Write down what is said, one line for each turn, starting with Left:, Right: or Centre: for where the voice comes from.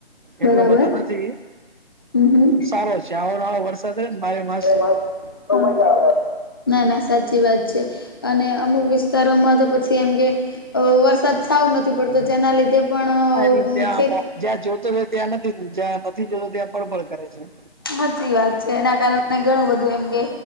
Left: બરાબર
Right: એટલો બધો નથી,
Left: હમ હમ
Right: સારો છે, આવો ર આવો વરસાદ હો ને બારે માસ.
Left: એમાં તો મજા આવે. ના ના સાચી વાત છે, અને અમુક વિસ્તારોમાં તો પછી એમ કે અ વરસાદ સાવ નથી પડતો, જેના લીધે પણ
Right: હા એટલે ત્યાં
Left: ખેત
Right: મો, જ્યાં જોતો રહે ત્યાં નથી, જ્યાં નથી જોતો ત્યાં પળ પળ કરે છે.
Left: હાચી વાત છે, એના કારણે મે ઘણું બધું એમ કે